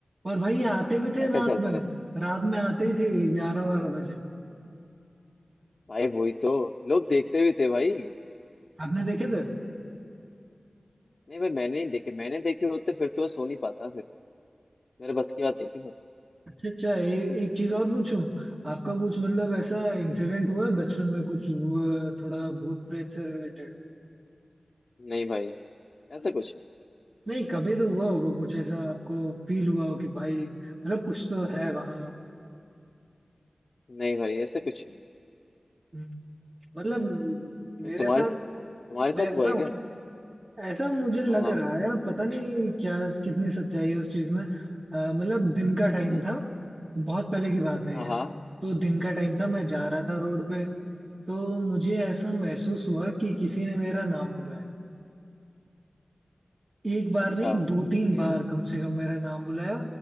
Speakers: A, on the right; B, on the left.
A: और भाई ये आते भी थे
B: क्या क्या
A: रात
B: चलता
A: में
B: रहता था
A: रात में आते ही थे ग्यारह बारह बजे
B: भाई वही तो लोग देखते भी थे भाई
A: आपने देखे थे
B: नहीं भाई मैंने नहीं देखे मैंने देखे होते फिर तो मैं सो नहीं पाता फिर मेरे बस की बात नहीं थी वो
A: अच्छा अच्छा ए, एक चीज और पूछूं आपका कुछ मतलब ऐसा इंसिडेंट हुआ है बचपन में कुछ हुआ, थोड़ा भूत प्रेत से रिलेटेड
B: नहीं भाई ऐसा कुछ
A: नहीं कभी तो हुआ होगा कुछ ऐसा आपको फील हुआ हो कि भाई मतलब कुछ तो है वहाँ
B: नहीं नहीं भाई ऐसा कुछ नहीं
A: हम्म, मतलब
B: ये
A: मेरे
B: तुम्हारे
A: साथ
B: साथ तुम्हारे साथ
A: मैं
B: हुआ
A: बताऊं
B: है क्या
A: ऐसा मुझे लग
B: हाँ हाँ
A: रहा है पता नहीं क्या कितनी सच्चाई है उस चीज में अ, मतलब दिन का टाइम
B: हम्म
A: था बहुत पहले की बात है
B: हाँ
A: ये तो दिन का टाइम था मैं जा रहा था रोड पे तो मुझे ऐसा महसूस हुआ कि किसी ने मेरा नाम बुलाया एक बार
B: अच्छा
A: नहीं दो तीन
B: फिर
A: बार कम से कम मेरा नाम बुलाया